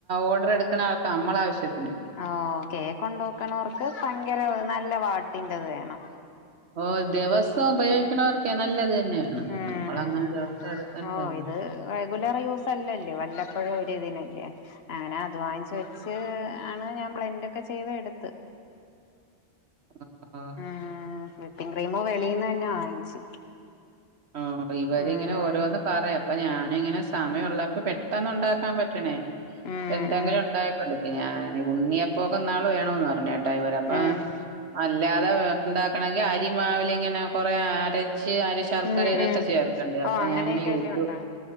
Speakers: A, on the right; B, on the left.
A: ഓർഡർ എടുക്ക്ണ ആൾ നമ്മളാവശ്യത്തിന്
B: ഓഹ് കേക്ക്ഉണ്ടോക്കുണോർക്ക് ഭയങ്കര നല്ല വാട്ടിന്റത് വേണം
A: ഓഹ് ദിവസം ഉപയോഗിക്കണവർക്കെ നല്ലത് തന്നെവേണം
B: ഉം
A: നമ്മളങ്ങനെ ദിവ സം എടുക്കണ്ടല്ലോ
B: ഓ ഇത് റെഗുലർ യൂസല്ലല്ലോ വല്ലപ്പഴും ഒരിതിനല്ലേ അങ്ങനെ അത് വാങ്ങിച്ച് വെച്ച് ആണ് ഞാൻ ബ്ലെൻഡൊക്കെ ചെയ്ത് എടുത്ത്
A: <unintelligible>
B: ആഹ് വിപ്പിംഗ് ക്രീമ് വെളീന്നന്നെ വാങ്ങിച്ച്
A: ഓഹ് ഇവരിങ്ങനെ
B: ഉം
A: ഓരോന്ന് പറയും അ പ്പൊ ഞാനിങ്ങനെ സമയുള്ള ഇപ്പൊ പെട്ടെന്ന് ഉണ്ടാക്കാം പറ്റണേ
B: ഉം
A: എന്തെങ്കിലും
B: ഉം
A: ഉണ്ടാക്കി കൊടുക്കു ഞാ ഉണ്ണിയപ്പ പ്പോക്കെ ന്നാള് വേണോന്ന് പർഞ്ഞേട്ടോ ഇവര് അപ്പോ
B: ഉം
A: അല്ലാതെ വെ ഉണ്ടാക്കണങ്കി അരിമാവിലിങ്ങനെ കൊറെ അരച്ച് അരി ശ ർകരെതൊക്കെ
B: ഉം ഉം
A: ചേർക്കണ്ടേ അപ്പൊ
B: ഓ അങ്ങനെയൊക്കെല്ലേ
A: ഞാനിങ്ങനെ യൂട്യൂ
B: ഉണ്ടാ